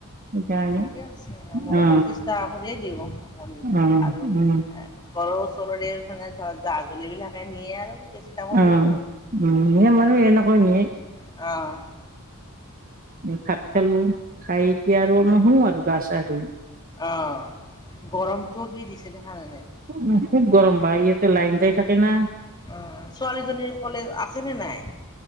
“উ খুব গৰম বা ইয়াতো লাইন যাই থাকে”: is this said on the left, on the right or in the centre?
Right